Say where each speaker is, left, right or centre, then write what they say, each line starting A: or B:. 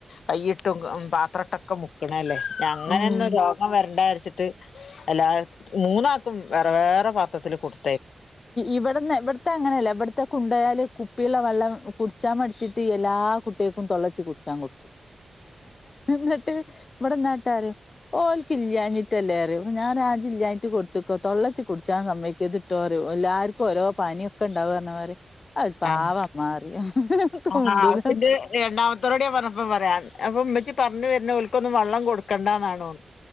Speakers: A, on the left (about 85°); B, on the left (about 40°).
A: കൈയിട്ടും പാത്രട്ടക്കെ മുക്കണേല്ലേ അങ്ങനൊന്നും
B: ഉം
A: രോഗം വരണ്ട ച്ചിട്ട് എല്ല മൂന്നാക്കും വേറെ വേറെ പാത്രത്തില് കൊടു
B: ഇവിടന്ന് ഇവിടത്തെ അങ്ങനെയല്ല ഇവിടത്തെ കുണ്ടയാല് പ്പിലുള്ള വെള്ളം കുടിച്ചാ മടിച്ചിട്ട് എല്ലാ കുട്ടിൾക്കും തൊള്ളച്ച് കുടിച്ചാൻ കൊടുക്കും എന്നിട്ട് ഇവിട നാട്ടാര് ഓ ക്കില്യാഞ്ഞിട്ടല്ലേറിയും ഞാനാ ജില്ലായിട്ട് കൊടുത്തക്കോ തൊളള- ച്ച് കുടിച്ചാ സമ്മയ്ക്കതുട്ടോ രു എല്ലാർക്കും ഓരോ പാനിയൊക്ക ഉണ്ടാവും പറഞ്ഞ മാതിരി അത് ഒരു പാവം
A: ആ
B: അമ്മ പറയും മിണ്ടൂല
A: ആ ആപിന്റ് രണ്ടാമത്തോരടെ പറഞ്ഞപ്പ പറയാ അപ്പൊ ഉമ്മച്ചി പറഞ്ഞു വരുന്നവർക്കൊന്നും വള്ളം കൊടുക്കണ്ടന്നാണോ